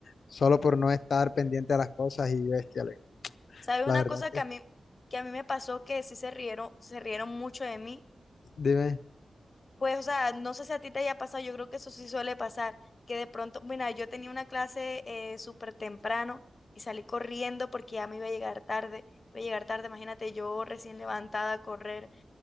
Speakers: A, on the left; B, on the left.
A: solo por no estar pendiente a las cosas y bestia, Alex.
B: ¿Sabes
A: La
B: una
A: verdad
B: cosa
A: que,
B: que a mí, que a mí me pasó que sí se rieron, se rieron mucho de mí?
A: dime,
B: Pues, o sea, no sé si a ti te haya pasado, yo creo que eso sí suele pasar, que de pronto, mira, yo tenía una clase eh, súper temprano y salí corriendo porque ya me iba a llegar tarde, iba a llegar tarde, imagínate yo recién levantada a correr.